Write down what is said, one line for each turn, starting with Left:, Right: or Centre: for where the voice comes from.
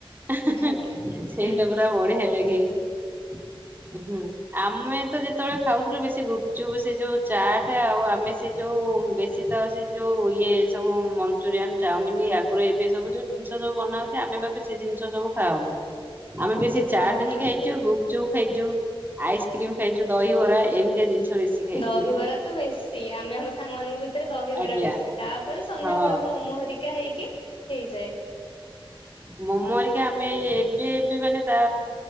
Right: ଏ ହେଁ
Left: ଆଜ୍ଞା
Right: ହେଁ ସେଇଟା
Left: ହୁଁ
Right: ପୁରା ବଢିଆ ଲାଗେ ହୁଁ। ଆମେ ତ ଯେତେବେଳେ ଖାଉଥିଲୁ ବେଶୀ ଗୁପଚୁପ ସେ ଯୋଉ ଚାଟ ଆଉ ଆମେ ସେ ଯୋଉ ବେଶୀ ତ ସେ। ଯୋଉ ଇଏ ସବୁ ମଞ୍ଚୁରିଆନ, ଚାଉମିନ ଆଗୁରୁ ଏବେ ସବୁ ଯୋଉ ଜିନିଷ ସବୁ ବନା ହଉଛି ଆମେ ବା। କିଛି ସେ ଜିନିଷ ସବୁ ଖାଉନୁ ଆମେ ବେଶୀ ଚାଟ
Left: ହଁ।
Right: ହିଁ ଖାଇ। ଯୋଉ ଗୁପଚୁପ, ଖାଇଛୁ ଆଇସ୍କ୍ରିମ ଖାଇଛୁ ଦହିିବରା ଏମିତିଆ ଜିନିଷ। ବେଶୀ ଖାଇଛୁ
Left: ଦହିବରା ତ ବେଶୀ ଆମେ ଆମ ସାଙ୍ଗ ମାନଙ୍କ ଭିତରେ ଦହିବରା
Right: ଆଜ୍ଞା
Left: ବେଶୀ ତାପରେ ସନ୍ଧ୍ୟା
Right: ହଁ
Left: ବେଳୁକୁ ମମୋ ହେରିକା। ହେକା ହେଇକି ହେଇଯାଏ।
Right: ମୋମ ହେରିକା ଆମେ ଏବେ ଏବେ ମାନେ ତା